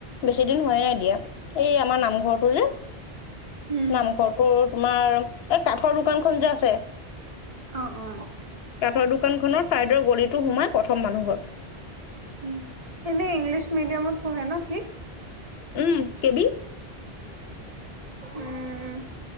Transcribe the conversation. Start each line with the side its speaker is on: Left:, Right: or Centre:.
Left: বেছি দিন হোৱাই নাই এতিয়া এই আমাৰ নামঘৰটো যে
Right: উম,
Left: নামঘৰটোত তোমাৰ এই কাঠৰ দোকানখন যে আছে
Right: অ অ
Left: কাঠৰ দোকান খনত চাইদৰ গলিটো সোমাই প্ৰথম মানুহ ঘৰ।
Right: উম এনে ইংলিছ মিডিয়ামত পঢ়ে ন সি
Left: উম কেবি
Right: উম।